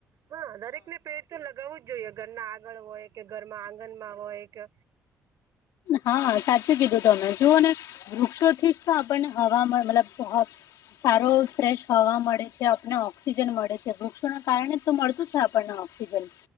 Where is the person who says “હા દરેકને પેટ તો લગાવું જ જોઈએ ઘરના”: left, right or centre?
Right